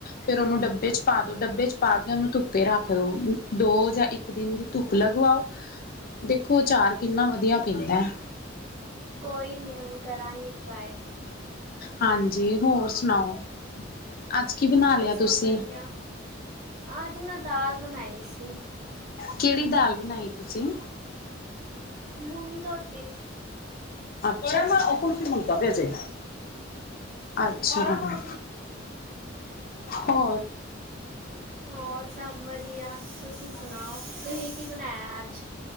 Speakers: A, on the left; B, on the right.
A: ਫਿਰਓਨੂੰ ਡੱਬੇ ਚ ਪਾ ਦੋ ਡੱਬੇ ਚ ਪਾ ਕੇ ਉਹਨੂੰ ਧੁੱਪੇ ਰੱਖ ਦੋ ਦੋ ਜਾਂ ਇੱਕ ਦਿਨ ਦੀ ਧੁੱਪ ਲਗਵਾਓ ਦੇਖੋ ਅਚਾਰ ਕਿੰਨਾ ਵਧੀਆ ਪੀਂਦਾ ਹੈ।
B: ਕੋਈ ਨੀ ਹੁਣ ਕਰਾਂਗੀ ਟਰਾਏ।
A: ਹਾਂਜੀ ਹੋਰ ਸੁਣਾਓ? ਅੱਜ ਕੀ ਬਣਾ
B: ਹੋਰ
A: ਲਿਆ ਤੁਸੀਂ
B: ਸਭ ਵਧੀਆ ਅਜ ਮੈਂ ਦਾਲ ਬਣਾਈ ਸੀ।
A: ਕਿਹੜੀ ਦਾਲ ਬਣਾਈ ਤੁਸੀਂ
B: ਮੂੰਗੀ ਧੋਤੀ,
A: ਅੱਛਾ <unintelligible> ਮੁਦਾ ਪਿਆ ਜੇ, ਅੱਛਾ, ਹੋਰ,
B: ਹੋਰ ਸਭ ਵਧੀਆ, ਤੁਸੀਂ ਸੁਣਾਓ ਤੁਸੀਂ ਕੀ ਬਣਾਇਆ ਅੱਜ?